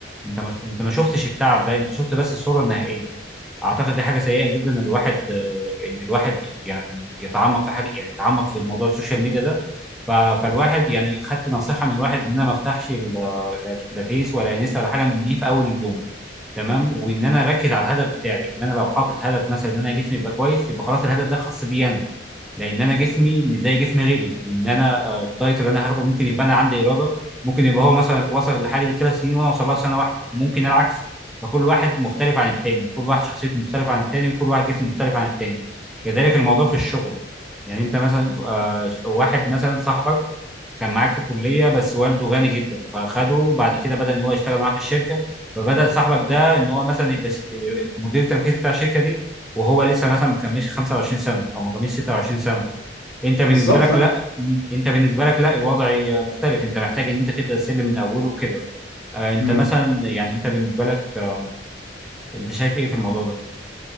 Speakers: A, in the centre; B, on the left (about 90°).
A: انت ما... انت ما شفتش التعب ده انت شفت بس الصوره النهائيه اعتقد دي حاجه سيئه جدا ان الواحد آه، ان الواحد يعني يتعمق في حاجه يعني يتعمق في موضوع السوشيال ميديا ده ف... فالواحد يعني خدت نصيحه من واحد ان انا ما افتحش لا فيس ولا انستا ولا حاجه من دي في اول اليوم تمام وان انا اركز على الهدف بتاعي ان انا لو حاطط هدف مثلا ان انا جسمي يبقى كويس يبقى خلاص الهدف ده خاص بيا انا لان انا جسمي مش زي جسم غيري وان انا آه، الدايت اللي انا هاخده ممكن يبقى انا عندي اراده ممكن يبقى هو مثلا وصل للحاجه دي ثلاث سنين وانا اوصل لها في سنه واحده ممكن العكس فكل واحد مختلف عن التاني كل واحد شخصيته مختلفه عن التاني وكل واحد جسمه مختلف عن التاني كذلك الموضوع في الشغل يعني انت مثلا آه، واحد مثلا صاحبك كان معاك في الكليه بس والده غني جدا فخده بعد كده بدا ان هو يشتغل معاه في الشركه فبدا صاحبك ده ان هو مثلا يبقى ش- المدير التنفيذي بتاع الشركه دي وهو لسه مثلا ما كملش 25 سنه او ما كملش 26 سنه انت بالنسبه
B: بالظبط
A: لك
B: فانت
A: بس لا م- انت بالنسبه لك لا الوضع مختلف انت محتاج ان انت تبدا السلم من اوله وكده آه، انت
B: مم.
A: مثلا يعني انت بالنسبه لك آه، انت شايف ايه في الموضوع ده